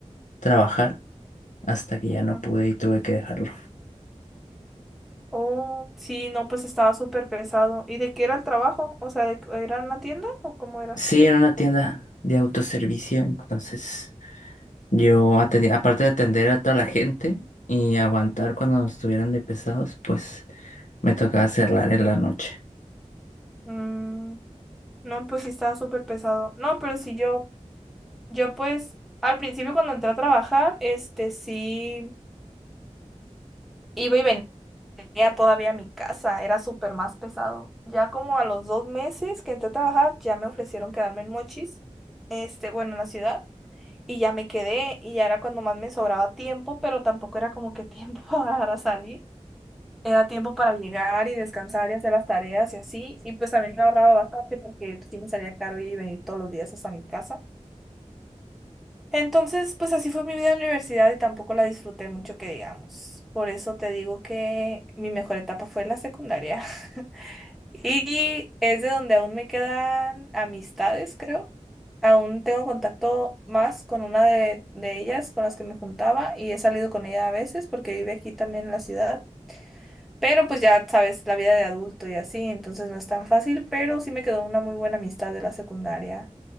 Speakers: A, on the left; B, in the centre.
A: trabajar hasta que ya
B: ujú.
A: no pude y tuve que dejarlo.
B: Oh, sí, no, pues estaba súper pesado. ¿Y de qué era el trabajo? O sea, de- ¿era en la tienda o cómo era?
A: Sí, en una tienda de autoservicio, entonces yo atendía, aparte de atender a toda la gente y aguantar cuando estuvieran de pesados, pues me tocaba cerrar en la noche.
B: Mm, no, pues sí estaba súper pesado. No, pero sí yo, yo pues al principio cuando entré a trabajar, este sí iba y venía todavía a mi casa, era súper más pesado. Ya como a los dos meses que entré a trabajar, ya me ofrecieron quedarme en Mochis, este, bueno, en la ciudad, y ya me quedé y ya era cuando más me sobraba tiempo, pero tampoco era como que tiempo <laughs> para salir. Era tiempo para llegar y descansar y hacer las tareas y así. Y pues también me ahorraba bastante porque sí me salía caro ir y venir todos los días hasta mi casa. Entonces, pues así fue mi vida en la universidad y tampoco la disfruté mucho, que digamos. Por eso te digo que mi mejor etapa fue la secundaria. <laughs> Y es de donde aún me quedan amistades, creo. Aún tengo contacto más con una de, de ellas con las que me juntaba y he salido con ella a veces porque vive aquí también en la ciudad. Pero pues ya sabes, la vida de adulto y así, entonces no es tan fácil, pero sí me quedó una muy buena amistad de la secundaria.